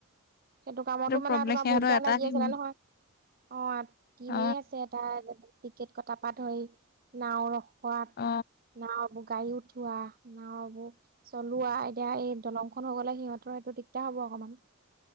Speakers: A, on the right; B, on the left.
A: সেইটো কামতো মানে
B: প্ৰব্লেম
A: তোমাৰ
B: সিহঁতৰ
A: ভুলতে
B: এটা
A: লাগি
B: দিম
A: আছিলে নহয়। অ' টিমেই
B: অ
A: আছে এটা এনে টিকেট কটা পা ধই নাওঁ ৰ খোৱাত
B: অ
A: না বব গাড়ী উঠোৱা না ববু চলোৱা এতিয়া এই দলং হৈ গ'লে সিহঁতৰ সেইটো দিগদাৰ হ'ব অকণমান।